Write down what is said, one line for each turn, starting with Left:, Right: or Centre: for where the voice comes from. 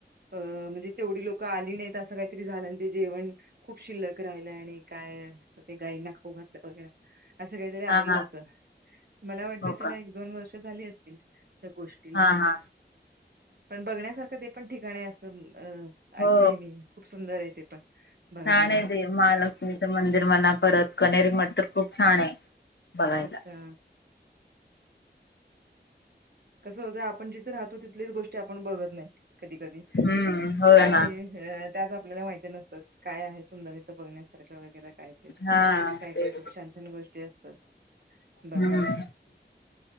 Right: अ म्हणजे तेवढी लोक आली नाही ं काहीतरी झालं ते जेवण खूप शिल्लक राहिलं आणि काय अस ते गाईंना खू घातलं वगैरे असं काहीतरी आलेलं
Left: हा हा
Right: होतं मला वाटते
Left: हो
Right: त्याला
Left: का
Right: एक दोन वर्ष झाली असतील त्या गोष्टीला
Left: हा हा
Right: पण बघण्यासारखं ते पण ठिकाण आहे असं
Left: हो
Right: ऐकलेय मी खूप सुंदर आहे ते पण बघायला
Left: छान आहे ते महालक्ष्मीच मंदिर म्हणा परत कनेरी मठ तर खूप छान आहे बघायला
Right: अच्छा कसं होतं आपण जिथे राहतो तिथलीच गोष्टी आपण बघत नाही कधी कधी
Left: हम्म होय
Right: आणि
Left: ना
Right: त्याच आपल्याला माहिती नसतात काय आहे सुंदर बघण्यासारखं वगैरे काय ते
Left: हा
Right: काय
Left: तेच
Right: काय खूप छान छान गोष्टी असतात बघायला
Left: हम्म